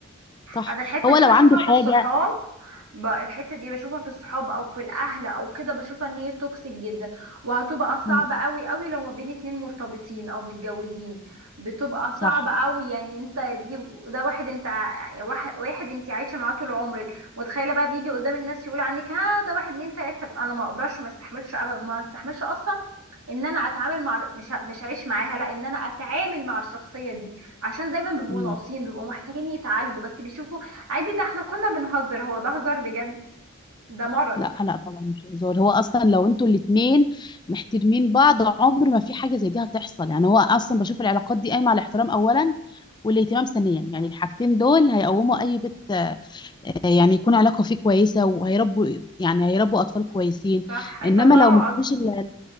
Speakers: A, on the left; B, on the right.
A: صح
B: انا الحته
A: هو
B: دي
A: لو
B: بشوفها
A: عنده حاجه
B: في الصحاب ب- الحته دي بشوفها في الصحاب او في الاهل او كده بشوفها ان هي توكسيك جدا وهتبقى صعبه
A: م،
B: قوي قوي لو ما بين اتنين مرتبطين او متجوزين بتبقى صعبه
A: صح
B: قوي يعني انت دي ده واحد انت ع- يعني واحد واحد انت عايشه معاه طول عمرك متخيله بقى بيجي قدام الناس يقول عنك ها ده واحد اتنين تلاته انا ما اقدرش ما استحملش ابدا ما استحملش اصلا ان انا اتعامل مع مش ه- مش هعيش معاها لا ان انا اتعامل مع الشخصيه دي عشان دايما بيبقوا
A: م.
B: ناقصين بيبقوا محتاجين يتعالجوا بس بيشوفوا عادي ده احنا كنا بنهزر هو ده هزار بجد ده مرض
A: لا لا طبعا مش هزار هو اصلا لو انتوا الاتنين محترمين بعض عمر ما في حاجه زي دي هتحصل يعني هو اصلا بشوف العلاقات دي قايمه على الاحترام اولا والاهتمام ثانيا يعني الحاجتين دول هيقوموا اي بيت آه، يعني يكون علاقه فيه كويسه وهيربوا يعني هيربوا اطفال كويسين
B: صح هيطلعه
A: انما لو ما
B: أص...
A: فيش ال-